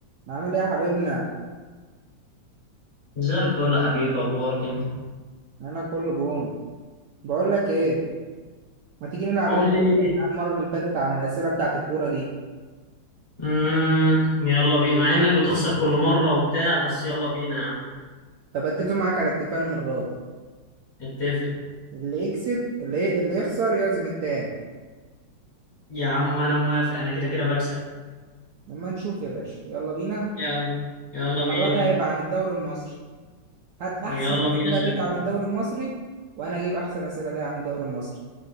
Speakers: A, on the right (about 75°); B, on the left (about 40°).
A: ما عامل ايه يا حبيبنا
B: زي الفل يا حبيبي اخبارك انت
A: انا كله جون بقول لك ايه ما تيجي نلعب
B: قول
A: اللعبه
B: لي
A: اللي كنا لعبناها
B: ايه
A: المره اللي فاتت عن الاسئله بتاعه الكوره دي
B: امم يلا بينا مع انك بتخسر كل مرة وبتاع بس يلا بينا يا عم
A: طب اتفق معاك على اتفاق المره دي
B: اتفق
A: اللي يكسب اللي اللي يخسر يعزم التاني
B: يا عم وانا موافق انا كده كده بكسب
A: لما نشوف يا باشا يلا بينا
B: يلا يلا بينا
A: المره دي هيبقى عن الدوري المصري هات احسن
B: يلا بينا
A: اسئله
B: شغال
A: ليك عن الدوري المصري وانا اجيب احسن اسئله ليا عن الدوري المصري